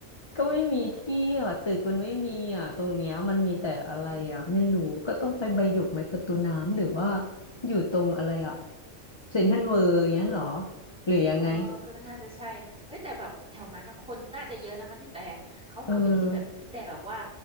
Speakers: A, on the left (about 25°); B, in the centre.
A: ก็ไม่มีที่อ่ะตึกมันไม่มีอ่ะตรงเนี้ยมันมีแต่อะไรอ่ะไม่รู้ก็ต้องไปใบหยกไหมประตูน้ำหรือว่า
B: เอออืมอืม
A: อยู่ตรงอะไรอ่ะเซ็นทรัลเวิลด์อย่างเงี้ยเหรอหรือยังไง
B: เออก็น่าจะใช่เอ้ยแต่แบบแถวนั้นนะคนน่าจะเยอะนะคะพี่แต่เขาคงจะคิดแบบพี่แต่แบบว่า
A: เออ